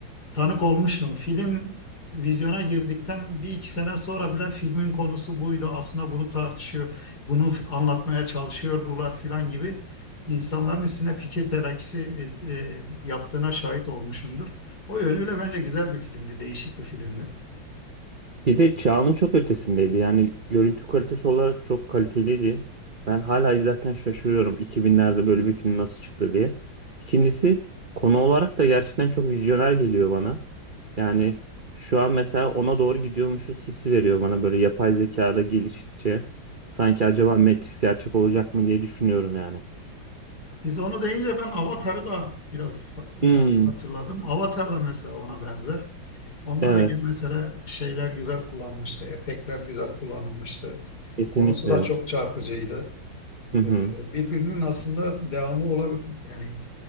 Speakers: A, on the left; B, on the right.
A: Tanık olmuştum. Film vizyona girdikten bir iki sene sonra bile filmin konusu buydu. Aslında bunu tartışıyor, bunu f- anlatmaya çalışıyordular filan gibi insanların üstüne fikir telakisi e, e, yaptığına şahit olmuşumdur. O yönüyle bence güzel bir filmdi, değişik bir filmdi.
B: Bir de çağının çok ötesindeydi. Yani görüntü kalitesi olarak çok kaliteliydi. Ben hala izlerken şaşırıyorum 2000'lerde böyle bir film nasıl çıktı diye. İkincisi konu olarak da gerçekten çok vizyoner geliyor bana. Yani şu an mesela ona doğru gidiyormuşuz hissi veriyor bana böyle yapay zekada geliştikçe. Sanki acaba Matrix gerçek olacak mı diye düşünüyorum yani.
A: Siz onu deyince ben Avatar'ı da biraz e,
B: Hmm,
A: hatırladım. Avatar da mesela ona benzer. Onda
B: evet
A: da gene mesela şeyler güzel kullanmıştı, efektler güzel kullanılmıştı.
B: kesinlikle.
A: Konusu da çok çarpıcıydı.
B: Hı hı.
A: E, birbirinin aslında devamı olabilir. Yani